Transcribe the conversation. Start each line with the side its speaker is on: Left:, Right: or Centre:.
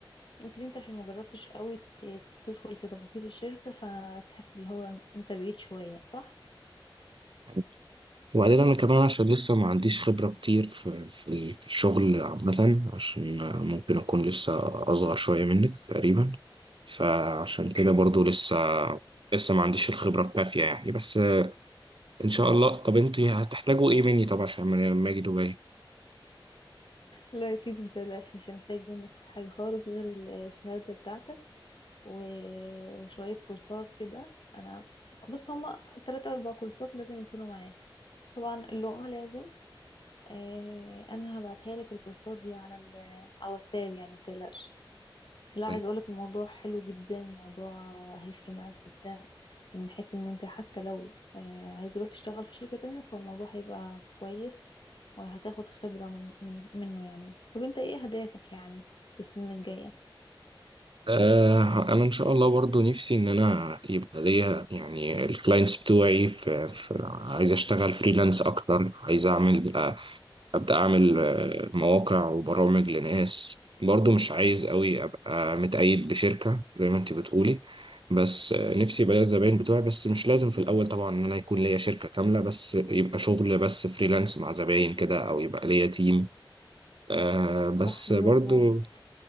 Left: يمكن أنت عشان ما جربتش قوي ت- تدخل في تفاصيل الشركة فتحس اللي هو أنت بعيد شوية صح؟
Right: مم. وبعدين انا كمان عشان لسه ما عنديش خبرة كتير في في في الشغل عامة عشان ممكن اكون لسه اصغر شوية منك تقريبا فعشان كده برضو لسه لسه ما عنديش الخبرة الكافية يعني بس ان شاء الله طب انت هتحتاجوا ايه مني طب عشان لما لما اجي دبي
Left: لا يا سيدي متقلقش مش هنحتاج منك حاجة خالص غير الشهادة بتاعتك و... وشوية كورسات كده أنا بص هما تلات أربع كورسات لازم يكونوا معاك طبعا اللغة لازم آه أنا هبعتها لك الكورسات دي على ال... على الواتساب يعني متقلقش فلا
Right: طيب.
Left: عايز أقولك الموضوع حلو جدا الموضوع هيفرق معاك جدا من حيث إن أنت حتى لو آه عايز تروح تشتغل في شركة تانية فالموضوع هيبقى كويس وهتاخد خبرة من من منه يعني طب انت ايه اهدافك يعني في السنين الجاية
Right: آه انا ان شاء الله برضو نفسي ان انا يبقى ليا يعني الكلاينتس بتوعي في, في عايز اشتغل فريلانس اكتر عايز اعمل آه، أبدأ أعمل آه، مواقع وبرامج لناس برضو مش عايز قوي أبقى متقيد بشركة زي ما أنت بتقولي بس آه، نفسي يبقى ليا الزباين بتوعي بس مش لازم في الأول طبعا إن أنا يكون ليا شركة كاملة بس يبقى شغل بس فريلانس مع زباين كده أو يبقى ليا تيم آه بس
Left: صح برافو
Right: برضو
Left: عليك
Right: م-